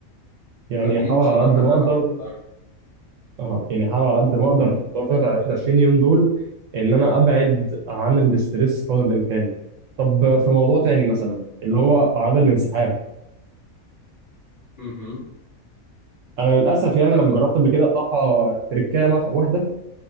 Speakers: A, on the right; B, on the left.
A: يعني
B: فدي
A: احاول
B: بصراحة
A: على قد ما
B: اللي
A: اقدر
B: انا آه،
A: اه يعني احاول على قد ما اقدر في الفتره ال 21 يوم دول ان انا ابعد عن الاسترس قدر الامكان طب في موضوع تاني
B: بز-
A: مثلا اللي هو اعراض الانسحاب
B: مهم.
A: انا للاسف يعني
B: ما
A: لما
B: انا بقول
A: جربت قبل كده اقطعها تركامه واحده